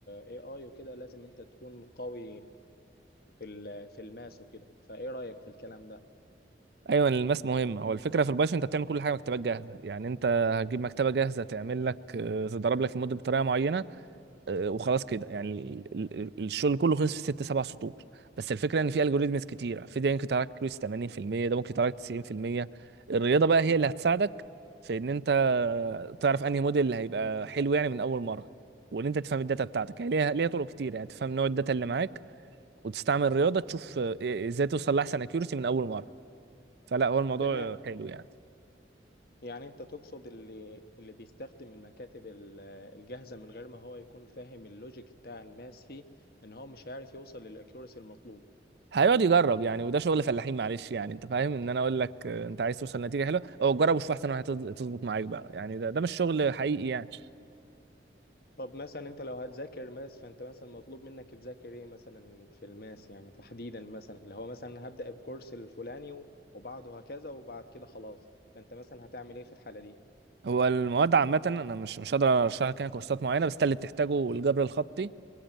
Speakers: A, on the left; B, on the right.
A: اي اي وكده لازم انت تكون قوي في ال- في الماس وكده فايه رأيك في الكلام ده
B: ايوه الماس مهم هو الفكره في البايثون انت بتعمل كل حاجه مكتبات جاهزه يعني انت هتجيب مكتبه جاهزه تعمل لك آه، تضرب لك المود بطريقه معينه آه، وخلاص كده يعني ال- ال- ال- الشغل كله خلص في ست سبع سطور بس الفكره ان في الجوريزمز كتيره في ده ممكن تراكلس 80% ده ممكن تراكلس 90% الرياضه بقى هي اللي هتساعدك في ان انت تعرف انهي موديل اللي هيبقى
A: طب
B: حلو يعني من اول مره وان انت تفهم الداتا بتاعتك يعني ليها ليها طرق كتير يعني تفهم نوع الداتا اللي معاك وتستعمل الرياضه تشوف آه، إيه، ازاي توصل لاحسن اكيورسي من اول مره فلا هو الموضوع
A: تمام يعني
B: حلو يعني
A: يعني انت تقصد اللي اللي بيستخدم المكاتب ال- الجاهزة من غير ما هو يكون فاهم اللوجيك بتاع الماس فيه ان هو مش هيعرف يوصل للاكيورسي المطلوب
B: هيقعد يجرب يعني وده شغل فلاحين معلش يعني انت فاهم ان انا اقول لك آه، انت عايز توصل لنتيجه حلوه او جرب وشوف احسن هتظبط معاك بقى يعني ده ده مش شغل حقيقي يعني
A: طب مثلا انت لو هتذاكر ماس فانت مثلا مطلوب منك تذاكر ايه مثلا في الماس يعني تحديدا مثلا اللي هو مثلا هبدأ بكورس الفلاني و- وبعده هكذا وبعد كده خلاص فانت مثلا هتعمل ايه في الحالة دي
B: هو المواد عامه انا مش مش هقدر ارشح لك يعني كورسات معينه بس ده اللي بتحتاجه الجبر الخطي